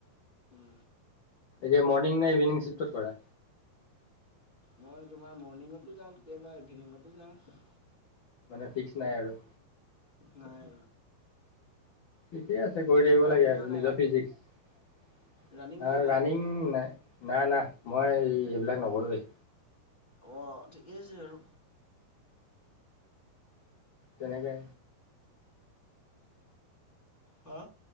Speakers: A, on the left (about 20°); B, on the left (about 75°).
A: উম
B: যে মৰ্ণিং নে ইভিনিং চিফ্টত কৰা
A: মই তোমাৰ মৰ্ণিংতো যাওঁ কেতিয়াবা ইভিনিংতো যাওঁ
B: মানে ফিক্স নাই আৰু
A: নাই
B: ঠিকেই আছে কৰি
A: এনে
B: থাকিব
A: ৰানিং
B: লাগে আৰু
A: যোৱা নাই
B: নিজৰ
A: ৰানিং
B: ফিজিক্স
A: ৰানিং যোৱা নাই
B: ৰানিং না না মই এইবিলাক নকৰোঁৱেই
A: অ ঠিকেই আছে আৰু
B: তেনেকে
A: হা